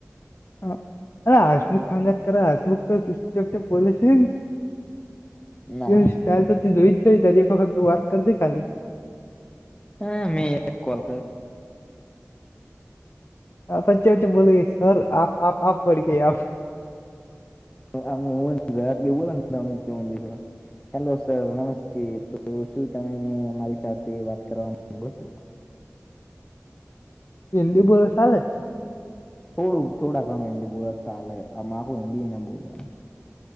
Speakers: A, on the left (about 55°); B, on the left (about 20°).
A: હ, અરે હશમુખ ખંગાત કર, હશમુખ તો ચપ જેપ બ છે.
B: ના
A: એ
B: હોય.
A: સ્ટાઇલ તો જોઈ, જઈ તારી એક વખતું વાત કર દે, ખાલી.
B: હા, મે કોલ.
A: આપ વચ્ચે-વચ્ચે બોલ, ગઈ, સર આપ આપ આપ બડ ગઈ આપ.
B: અમે હુંનેરાત બોલા ને, અમિત ચજી. હેલો, સર નમસ્તે, તો શું તમે મારી સાથે વાત કરવા માંગો છો?
A: હિદી બોલ, ચાલે.
B: થોડું થોડા ઘણું હિન્દી બોલવા, ચાલે, આ આખું હિન્દી ના બોલવાનું.